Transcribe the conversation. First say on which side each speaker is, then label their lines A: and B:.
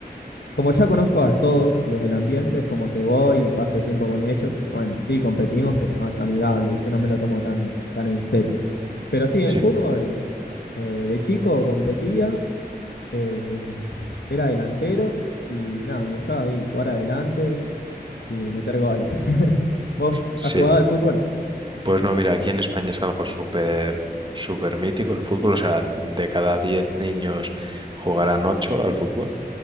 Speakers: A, on the left (about 80°); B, on the right (about 30°).
A: como ya conozco a todos los del ambiente, es como que voy y paso tiempo con ellos y bueno, sí, competimos, pero es más amigable, ¿viste? No me lo tomo tan, tan en serio. Pero sí, en
B: Sí,
A: el fútbol, eh, de chico competía, eh, era delantero y nada, me gustaba ahí jugar adelante y meter goles. <laughs> ¿Vos
B: sí.
A: has jugado al fútbol?
B: Pues no, mira, aquí en España es algo súper, súper mítico el fútbol. O sea, de cada 10 niños jugarán 8 al fútbol.